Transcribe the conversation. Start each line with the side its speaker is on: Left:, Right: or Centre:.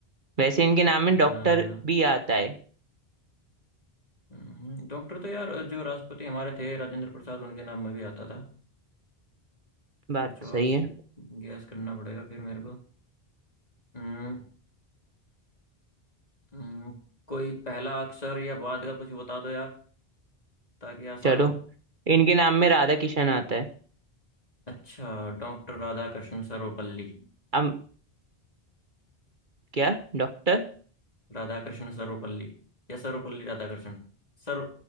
Right: वैसे इनके नाम में
Left: अ,
Right: डॉक्टर भी आता है
Left: हम्म, डॉक्टर तो यार जो राष्ट्रपति हमारे थे राजेंद्र प्रसाद उनके नाम में भी आता था अ,
Right: बात
Left: कुछ
Right: तो
Left: और
Right: सही है
Left: गैस करना पड़ेगा फिर मेरे को हम्म हम्म, कोई पहला अक्षर या बाद का कुछ बता दो यार ताकि आसान
Right: चलो
Left: हो
Right: इनके नाम में राधा किशन आता है
Left: अच्छा डॉक्टर राधाकृष्ण सर्वपल्ली
Right: अब क्या डॉक्टर
Left: राधाकृष्ण सर्वपल्ली या सर्वपल्ली राधाकृष्ण सर